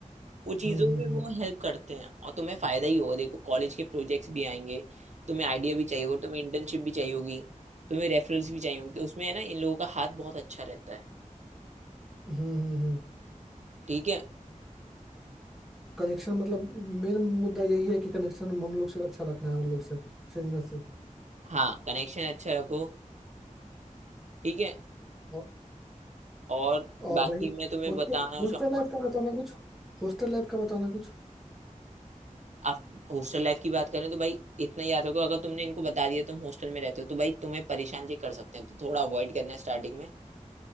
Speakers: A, on the right (about 60°); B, in the centre.
A: वो चीजों
B: हम्म हम्म
A: में
B: हम्म
A: वो हेल्प करते हैं और तुम्हें फायदा ही होगा देखो कॉलेज के प्रोजेक्ट्स भी आएंगे तुम्हें आइडिया भी चाहिए होगा तुम्हें इंटर्नशिप भी चाहिए होगी तुम्हें रेफरल्स भी चाहिए होंगे तो उसमें है ना इन लोगों का हाथ बहुत अच्छा रहता है
B: हम्म हम्म हम्म।
A: ठीक है
B: कनेक्शन मतलब मेन मुद्दा यही है कि कनेक्शन हम लोग से अच्छा रखना है उन लोग से सीनियर से
A: हाँ कनेक्शन अच्छा रखो ठीक है
B: और
A: और
B: और
A: बाकी
B: रही
A: मैं तुम्हें
B: हॉस्टल
A: बताना
B: हॉस्टल
A: चाहूंगा
B: लाइफ का बताना कुछ हॉस्टल लाइफ का बताना कुछ
A: आप हॉस्टल लाइफ की बात करें तो भाई इतना याद रखो अगर तुमने इनको बता दिया तुम हॉस्टल में रहते हो तो भाई तुम्हें परेशान जी कर सकते हैं तो थोड़ा अवॉइड करना है स्टार्टिंग में